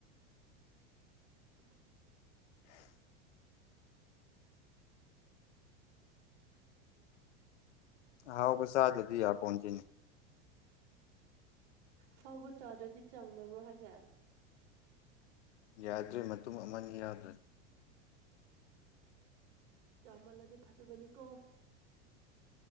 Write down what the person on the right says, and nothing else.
<unintelligible>
ꯐꯥꯎꯕ ꯆꯥꯗ꯭ꯔꯗꯤ ꯆꯪꯗꯕ꯭ꯔꯣ ꯍꯥꯏꯁꯦ
ꯆꯥꯎꯃꯂꯗꯤ ꯐꯠꯇꯕꯅꯤ ꯀꯣ